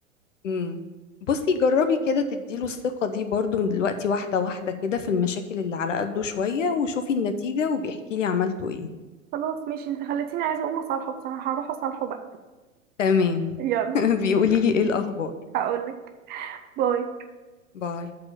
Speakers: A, on the left; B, on the right.
A: امم بصي جربي كده تديله الثقه دي برضو من دلوقتي واحده واحده كده في المشاكل اللي على قده شويه وشوفي النتيجه وبيحكي لي عملتوا ايه
B: خلاص ماشي انت خلتيني عايزة اقوم اصالحه بصراحة هروح اصالحه بقى
A: تمام
B: يلا
A: <laughs> بيقولي لي ايه الاخبار
B: هقولك باي
A: باي